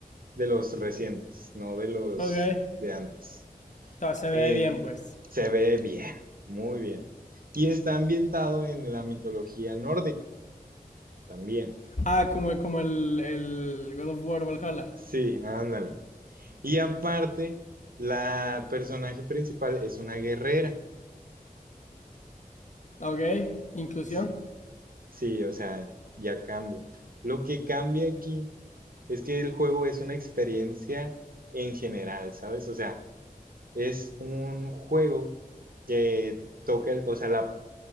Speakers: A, on the right (about 70°); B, on the left (about 55°).
A: de los recientes, no de los
B: Ok.
A: de antes.
B: O sea, se
A: Eh,
B: ve bien, pues.
A: se ve bien, muy bien. Y está ambientado en la mitología nórdica, también.
B: Ah, como, como el, el God of War Valhalla.
A: Sí, ándale. Y aparte, la personaje principal es una guerrera.
B: Ok, inclusión.
A: Sí, sí, o sea, ya cambia. Lo que cambia aquí es que el juego es una experiencia en general, ¿sabes? O sea, es un juego que toca el, o sea, la